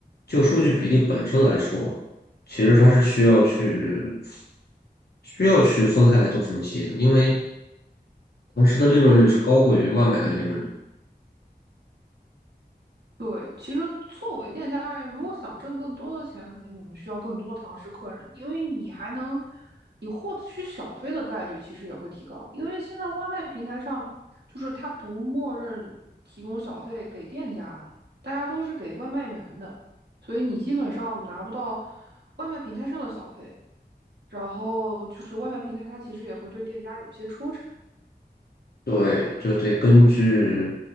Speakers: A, on the left (about 70°); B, on the right (about 80°).
A: 就数据比例本身来说，其实它是需要去需要去分开来做分析的，因为堂食的利润率是高过于外卖的利润率。
B: 对，其实作为店家而言，如果想挣更多的钱，肯定我们需要更多的唐食客人，因为你还能，你获取小费的概率其实也会提高。因为现在外卖平台上，就是它不默认提供小费给店家的，大家都是给外卖员的，所以你基本上拿不到外卖平台上的小费。然后就是外卖平台，它其实也会对店家有一些抽成。
A: 对，就得根据